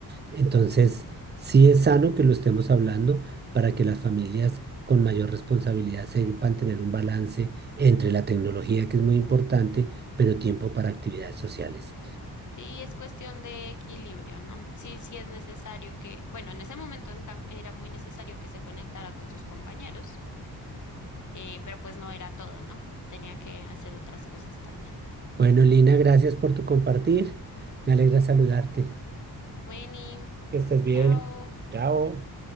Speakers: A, on the right; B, on the left.
A: Entonces, sí es sano que lo estemos hablando para que las familias con mayor responsabilidad sepan tener un balance entre la tecnología, que es muy importante, pero tiempo para
B: Mm.
A: actividades sociales.
B: Sí, es cuestión de equilibrio, ¿no? Sí, sí es necesario que, bueno, en ese momento en cam- era muy necesario que se conectara con sus compañeros, eh, pero pues no era todo, ¿no? Tenía que hacer otras cosas también.
A: Bueno, Lina, gracias por tu compartir. Me alegra saludarte.
B: Bueno,
A: Que estés bien.
B: chao.
A: Chao.